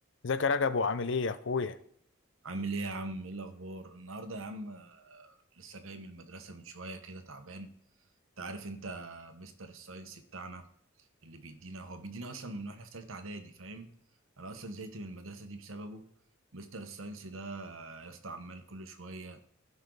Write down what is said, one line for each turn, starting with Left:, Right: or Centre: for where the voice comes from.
Left: ازيك يا رجب وعامل ايه يا اخويا
Right: عامل ايه يا عم ايه الاخبار النهارده يا عم آه، لسه جاي من المدرسه من شويه كده تعبان انت عارف انت مستر الساينس بتاعنا اللي بيدينا هو بيدينا اصلا من واحنا في ثالثه اعدادي فاهم انا اصلا زهقت من المدرسه دي بسببه مستر الساينس ده آه، يا اسطى عمال كل شويه